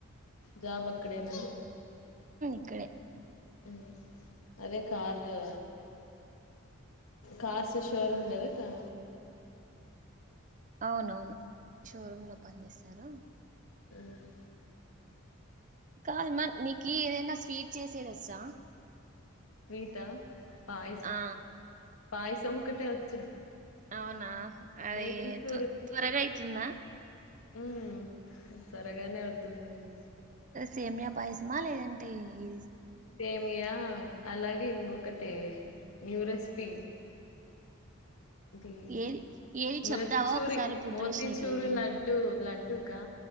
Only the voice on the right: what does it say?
ఆక్కడే
అవునవును షోరూమ్ లో పనిస్తారు
కాద మా నికి ఏదన్న స్వీట్ చేసేదచ్చా
ఆ
అవునా అదే
త త్వరగా అయితుంద
సేమ్య పాయసమా లేదంటే ఈ
ఏది ఏది చెప్తావా
ఒకసారి ప్రిపరేషన్
ఎట్లా చేయాలో